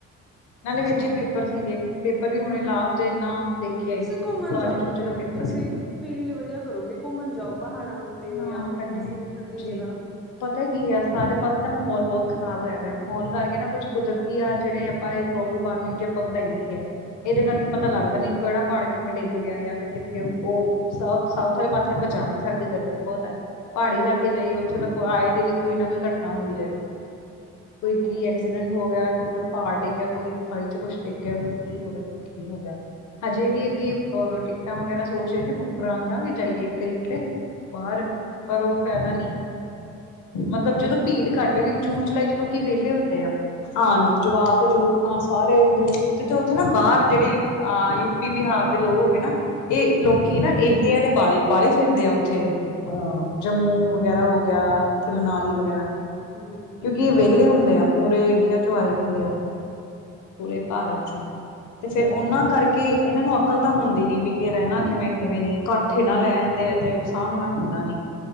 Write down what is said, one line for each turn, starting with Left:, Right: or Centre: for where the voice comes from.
Left: ਨਾਲੇ
Centre: ਅੱਛਾ,
Left: ਵੇਚ ਈ ਪੇਪਰ ਸੀਗੇ, ਪੇਪਰ ਵੀ ਹੁਣੇ ਲਾਸਟ ਏਨਾ ਦੇਖੇਆ,
Centre: ਤੁਸੀਂ ਘੁੰਮਣ
Left: ਸਾਰੀ
Centre: ਜਾਓ
Left: ਜੂਨ
Centre: ਕਿਤੇ
Left: ਚ ਔਦਾ ਪੇਪਰ
Centre: ਤੁਸੀਂ
Left: ਨੇ।
Centre: ਫੀਲ ਵਧੀਆ ਕਰੋਗੇ, ਘੁੰਮਣ ਜਾਓ ਪਹਾੜਾਂ ਉਤੇ
Left: ਨਾ
Centre: ਜਾਂ ਫੇਰਰ
Left: ਭੈਣੇ
Centre: ਕਿਸੇ ਠੰਡੀ
Left: ਹਜੇ
Centre: ਜਗ੍ਹਾ।
Left: ਨੀ ਪਤਾ ਕੀ ਆ, ਸਾਰੇ ਪਾਸੇ ਨਾ ਮਾਹੌਲ ਬੋਤ ਖਰਾਬ ਹੋਇਆ ਦੈ, ਮਾਹੌਲ ਕਰਕੇ ਨਾ ਕੁੱਛ ਕੁਦਰ- ਕਿ ਆਹ ਜੇੜੇ ੜੇ ਆਪਾ, ਏ ਗਲੋਬਲ ਵਾਰਮਿੰਗ ਜੀ ਆਪਾਂ ਵਧਾਈ ਹੋਈ ਏ। ਏਦੇ ਕਰਕੇ
Centre: ਹੂੰ।
Left: ਪਤਾ ਲੱਗਦਾ ਨੀ ਕੇੜਾ ਪਹਾੜ ਕਿੱਥੇ ਡੇਗ ਗਿਆ ਯਾਂ ਫੇਰ ਕਿੱਥੇ ਔ ਸਾਊਥ ਸਾਊਥ ਵਾਲੇ ਪਾਸੇ ਆਪਾਂ ਜਾ ਨਈਂ ਸਕਦੇ। ਗ ਬੋਤ ਐ ਪਹਾੜੀ ਇਲਾਕੇ ਜਾਈਏ ਔਥੇ ਤਾਂ ਕੋਈ ਆਏ ਦੀ ਨੀ ਕੋਈ ਨਾ ਕੋਈ ਘਟਨਾ ਹੋਈ ਜਾ ਰੀਐ। ਕੋਈ ਕੀ
Centre: ਹੂੰ।
Left: ਐਕਸੀਡੈਂਟ ਹੋ ਗਿਆ ਕੋਈੇ ਪਹਾੜ ਡਿੱਗ ਗਯਾ, ਕੋਈ ਖਾਈ ਚ ਕੁੱਛ ਡੇਗਿਆ ਕੀਈ ਕੀ ਹੋ ਗਿਆ। ਹਜੇ
Centre: ਹੂੰ,
Left: ਵੀ ਅੱਗੇ ਟਿਕਟਾਂ ਵਗੈਰਾ ਸੋਚ ਰਹੇ ਸੀ ਬੁੱਕ ਕਰਾ ਦਾ, ਵੀ ਜਾਈਏ ਇੱਕ ਆਰੀ ਏਥੇ। ਬਾਰ ਪਰ ਔ ਫੈਦਾ ਨੀਂ ਹੈ, ਮਤਲਬ
Centre: ਹੂੰ,
Left: ਜਦੋਂ ਭੀੜ ਘੱਟ ਹੋ, ਜੂਨ-ਜੁਲਾਈ ਚ ਲੋਕੀ ਵੇਲੇ ਹੁੰਦੇ ਆ। ਆਨ ਨੂੰ, ਜਵਾਕ-ਜੂਕ ਨਾਲ ਸਾਰੇ ਦੂਰ-ਦੂਰ ਤੇ ਉੱਥੇ ਨਾ ਬਾਹਰ ਜੇੜੇ ਹਾਂ, ਯੂਪੀ, ਬਿਹਾਰ ਦੇ ਲੋਗ ਹੋ ਗਏ ਨਾ। ਇਹ ਲੋਕੀ
Centre: ਹੂੰ,
Left: ਨਾ ਇਹੀ ਆ ਬ ਬਾਲੇ ਫਿਰਦੇ ਆ ਓਥੈ, ਅਹ
Centre: ਹੂੰ,
Left: ਜੰਮੂ ਵਗੈਰਾ ਹੋ ਗਯਾ, ਇੱਥੇ ਮਨਾਲੀ ਵਗੈਰਾ,
Centre: ਹੂੰ।
Left: ਕਿਉਂਕਿ ਐ ਵੇਹਲੇ
Centre: ਅੱਛਾ,
Left: ਹੁੰਦੇ ਆ। ਪੂਰੇ ਇੰਡੀਆ ਚੋਂ ਆਏ ਹੁੰਦੇ ਆ। ਪੂਰੇ
Centre: ਹੂੰ
Left: ਭਾਰਤ ਚੋਂ, ਤੇ ਫੇਰ ਔਨਾਂ
Centre: ਠੀਕ
Left: ਕਰਕੇ
Centre: ਆ,
Left: ਏਨਾਂ ਨੂੰ ਅਕਲ ਤਾਂ ਹੁੰਦੀ ਨੀ ਵੀ ਰੈਂਣਾ ਕਿਵੇਂ, ਕਿਵੇਂ ਨੀ। ਕੱਠ ਏਨਾ ਲੈ ਜਾਂਦੇ ਆ ਤੇ ਸਾਂਭਣਾ ਹੁੰਦਾ ਨੀ।